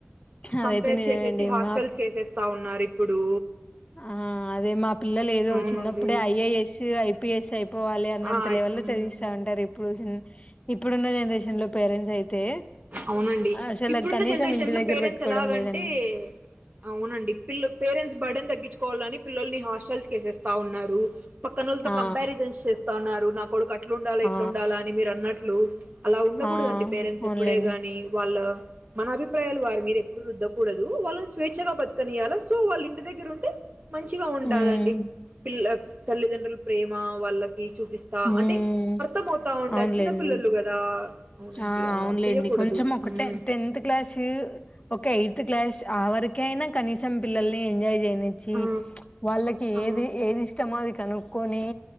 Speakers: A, on the left; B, on the right.
A: అదైతే
B: కంపేర్
A: నిజమేండి
B: చేసేసి హాస్టల్స్
A: మా
B: వేసేస్తా ఉన్నారు ఇప్పుడు
A: ఆ అదే మా పిల్లలే ఏదో
B: అవునండి
A: చిన్నప్పుడే ఐఐఎస్ ఐపీఎస్ అయిపోవాలి వాళ్ళ అన్నంత
B: ఆ అయి
A: లెవె లో చదివిస్తా ఉంటారు ఇప్పుడు ఇప్పుడున్న జనరేషన్ లో పేరెంట్స్ అయితే
B: అవునండి
A: అసలు
B: ఇప్పుడున్న
A: కనీసం
B: జనరేషన్
A: ఇంటి
B: లో
A: దగ్గర
B: పేరెంట్స్
A: పెట్టుకోవడం
B: ఎలాగంటే
A: లేదండి
B: అవునండి పిల్ల పేరెంట్స్ బడ తగ్గించుకోవాలని పిల్లల్ని హాస్టల్స్ వేసేస్తా ఉన్నారు పక్కన
A: ఆ
B: కంపజన్స్ చేస్తా ఉన్నారు నా కొడుకు అట్లు ఉండాలి
A: ఆ
B: ఇట్లు ఉండాలా అని మీరు అన్నట్లు అలా ఉండకూడదండి
A: ఆ
B: పేరెంట్స్
A: అవునులేండి
B: ఎప్పుడే గాని వాళ్ళ మన అభిప్రాయాలు వారి మీద ఎప్పుడు రుద్దకూడదు వాళ్ళ స్వేచ్ఛగా బతకనియ్యాల సో వాళ్ళ ఇంటి దగ్గర ఉంటే మంచిగా ఉంటందిండి
A: ఉమ్
B: పిల్ల తల్లిదండ్రులు ప్రేమ వాళ్ళ చూపిస్తా
A: ఉమ్
B: అంటే అర్థం అవుతా ఉంట
A: అవునులేండి
B: చిన్న పిల్లలు కదా అవునండి
A: ఆ అవునులేండి
B: అలా చేయకూడదు
A: కొంచెం ఒక
B: మ్మ్.
A: టెన్త్ క్లాస్ ఒక ఎయిత్ క్లాస్ ఆ వరకయినా కనీసం పిల్లని ఎంజాయ చేనీచి
B: ఆ,
A: వాళ్ళకి
B: ఆ,
A: ఏది ఇష్టమో కనుక్కొని